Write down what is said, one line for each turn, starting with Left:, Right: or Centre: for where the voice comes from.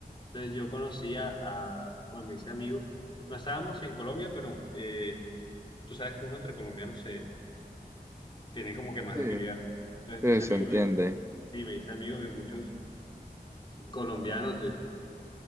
Left: Entonces yo conocía a, bueno, me hice amigo. No estábamos en Colombia, pero eh, tú sabes que uno entre colombianos se tiene como que más
Right: sí,
Left: afinidad. Entonces
Right: sí,
Left: mis amigos,
Right: se entiende,
Left: de- sí, me hice amigo de muchos colombianos de,